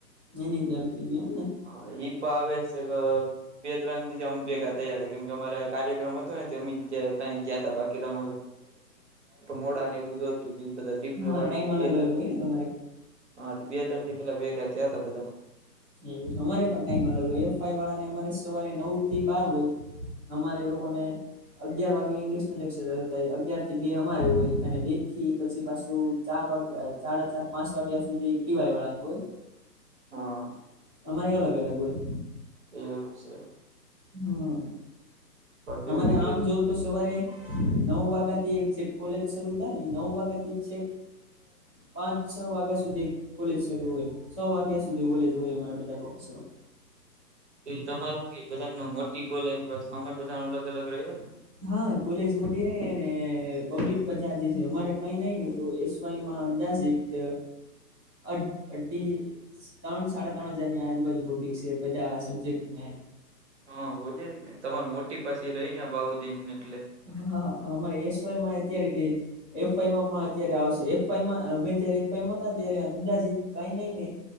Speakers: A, in the centre; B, on the right.
A: એનેય ચાલુ થઈ ગયુ એમ ને.
B: હા એ બે ત્રણ દિવસે અમે ભેગા થયા હતા કેમ કે અમારે કાર્યક્રમ હતો નથી અમે ગયા હતા બાકી ત રા મોડા ને એવું બધુંતું એ બધા
A: હા ટાઈમ
B: પ
A: અલગ
B: બે ત
A: અલગ હોય ને તમારે એવું
B: હા બે ત્રડી પેલા ભેગા થયા તા બધા
A: એવું અમારે પણ ટાઈમ અલગ હોય એફઈ વાળા ને અમારે સવારે નવ થી બાર હોય. અમારે એ લોકોને. અગિયાર વાગે ઇંગ્લિશ ન લેક્ચર થય અગયારથી બે અમારે હોય અને બે થી પછી પાછું ચાર વાગે. સાડા ચાર પાંચ વાગ્યા સુધી ટિવાય વાળા ને હોય.
B: હા
A: અમારે અલગ અલગ હોય.
B: એમ વિશે.
A: હમ
B: બાકી
A: અનેને
B: હું કે
A: આમ જોવ તો સવારે. નવ વાગ્યા થી એક છે કોલેજ શરૂુ થાય નવ વાગ્યા થી છે. પાંચ છ વાગ્યા સુધી કોલેજ શરૂ હોય. સો વાગ્યા સુધી ઓલે જ હોય અમારા બધા પ્રોફેસરો
B: તમારું કે બધા મોટી ગલેને સમયધા અલગ અલગ રહ્યો હોય ને.
A: હા કોલેજ મોટી રહી ને પબ્લિક પજાજ છે અમારે કઈ નહી ને તો એસ વાય માં અંદાજે તો અ અડી. ત્રણ સાડા ત્રણ હજારની આજુબાજુ પબ્લિક છે બધા સબ્જેક્ટ ને
B: હા હોય જ ને તમારી મોટી પાસે રહી ને બાઉદીન એટલે
A: હા હા અમારે એસ વાય માં અત્યારે એફઆઈમાં પણ અત્યારે આવશે એફઆઈમાં અમે જયારે એફઆઈમાં હતા ત્યારે અંદાજ કઈ નઈને.